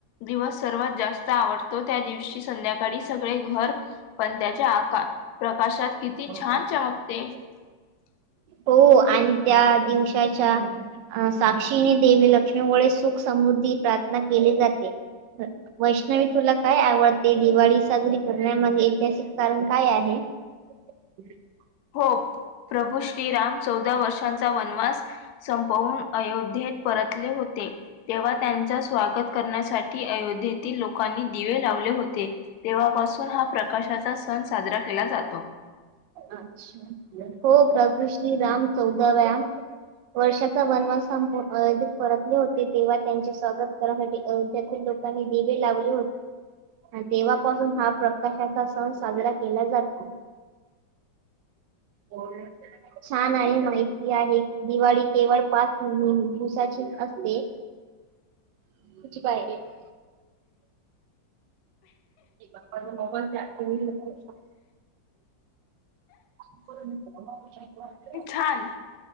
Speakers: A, on the left (about 65°); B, on the right (about 75°).
A: दिवस सर्वात जास्त आवडतो त्या दिवशी संध्याकाळी सगळे घर पणत्याच्या आकार प्रकाशात किती
B: <unintelligible>
A: छान चमकते. <inaudible>
B: हो आणि त्या दिवसाच्या अ साक्षीने देवी लक्ष्मी व सुख समृद्धी, प्रार्थना केली जाते. वैष्णवी तुला काय आवडते? दिवाळी साजरी करण्यामागे ऐतिहासिक कारण काय आहे? <unintelligible>
A: हो प्रभू श्रीराम चौदा वर्षांचा वनवा- असं संपवून अयोध्येत परतले होते. तेव्हा त्यांचा स्वागत करण्यासाठी अयोध्येत ती लोकांनी दिवे लावले होते, तेव्हापासून हा प्रकाशाचा सण साजरा केला जातो.
B: अच्छा, हो प्रभू श्रीराम चौदाव्या वर्षाचा वनवास संपवून अयोध्येत परतले होते, तेव्हा त्यांचे स्वागत कराण्यासाठी अयोधध्येतील लोक आणि दिवे लावले होते. आणि तेव्हापासून हा प्रकाशाचा सण साजरा केला जातो. होय. छान आणि माहिती आहे. दिवाळी केवळ पाच अ दिवसाची असते.
A: <inaudible>
B: <unintelligible> <unintelligible> मोबाईल <unintelligible> <inaudible> <unintelligible>
A: छान